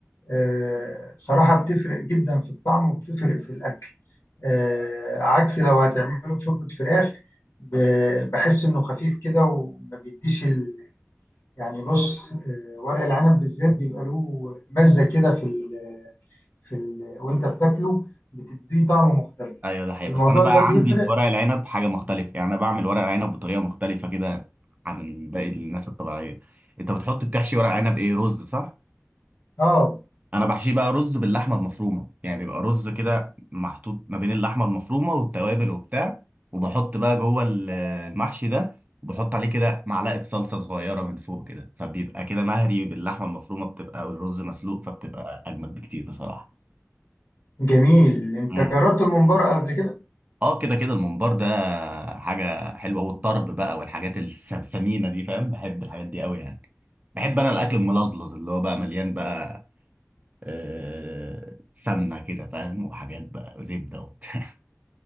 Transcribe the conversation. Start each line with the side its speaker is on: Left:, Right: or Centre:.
Left: آه، صراحة بتفرق جدا في الطعم وبتفرق في الأكل آه، عكس لو هتعمله بشوربة فراخ ب- بحس إنه خفيف كده وما بيديش ال... يعني بص آه، ورق العنب بالذات بيبقى له مزة كده في ال... في ال... وانت بتاكله بتديه طعم مختلف
Right: <laughs> ايوه ده حقيقي
Left: الموضوع
Right: بس انا بقى
Left: ده بيفرق
Right: عندي في ورق العنب حاجه مختلفه يعني انا بعمل ورق العنب بطريقه مختلفه كده عن باقي الناس الطبيعيه انت بتحط بتحشي ورق عنب ايه رز صح
Left: اه
Right: انا بحشيه بقى رز باللحمه المفرومه يعني بيبقى رز كده محطوط ما بين اللحمه المفرومه والتوابل وبتاع وبحط بقى جوه ال- المحشي ده وبحط عليه كده معلقه صلصه صغيره من فوق كده فبيبقى كده مهري باللحمه المفرومه بتبقى والرز مسلوق فبتبقى اجمد بكتير بصراحه
Left: جميل انت
Right: امم
Left: جربت الممبار قبل كده
Right: اه كده كده الممبار ده حاجه حلوه والطرب بقى والحاجات السمينه دي فاهم بحب الحاجات دي قوي يعني بحب انا الاكل الملزلز اللي هو بقى مليان بقى آه، سمنه كده فاهم وحاجات بقى وزبده وبتاع